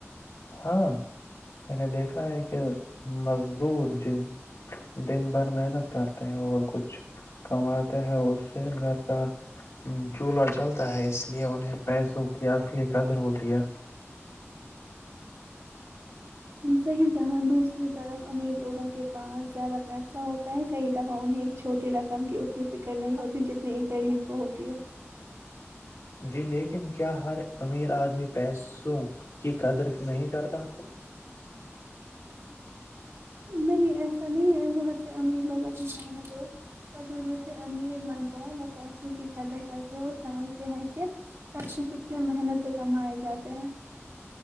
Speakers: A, on the left; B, on the right.
A: ہاں میں نے دیکھا ہے کہ مزدور جن دن بھر محنت کرتے ہیں اور کچھ کماتے ہیں اس سے گھر کا چولہا چلتا ہے اس لیے انہیں پیسوں کی اصلی قدر ہوتی ہے
B: صحیح کہااں دوسری طرف امیر لوگوں کو <inaudible> کے پاس زیادہ پیسہ ہوتا ہے کئی دفعہ انہیں ایک چھوٹی رقم کی اپ فکر نہیں ہوتی جتنی ایک غریب کوہوتی ہے
A: جی لیکن کیا ہر امیر آدمی پیسوں کی قدر نہیں کرتا
B: نہیں ایسا نہیں ہے بہت سے امیر لوگ اپنی محنت اور تجربے سے امیر بنتے ہیں وہ پیسوں کی قدر کر تے وہ سمجھتے ہیں کہ پیسے کتنے محنت سے کمائے جاتے ہیں